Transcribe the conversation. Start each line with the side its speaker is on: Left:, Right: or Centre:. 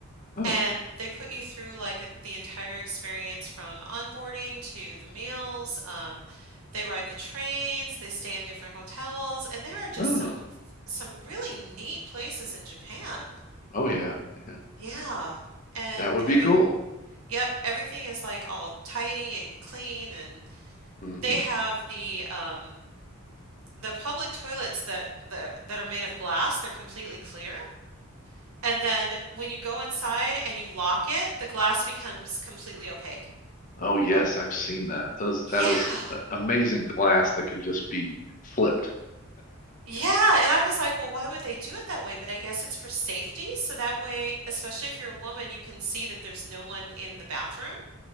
Left: oh,
Right: and they put you through like a, the entire experience from onboarding to the meals. Um, they ride the trains, they stay in different hotels, and there are just
Left: oh,
Right: some some really neat places in Japan.
Left: oh yeah, yeah.
Right: Yeah. And
Left: That would
Right: every
Left: be cool.
Right: Yep, everything is like all tidy and clean and
Left: hmm
Right: they have the um the public toilets that that, that are made of glass, they're completely clear. And then when you go inside and you lock it, the glass becomes completely opaque.
Left: Oh yes, I've seen that. Those
Right: Yeah.
Left: that is uh, amazing glass that can just be flipped.
Right: Yeah, and I was like, well, why would they do it that way? But I guess it's for safety, so that way, especially if you're a woman, you can see that there's no one in the bathroom,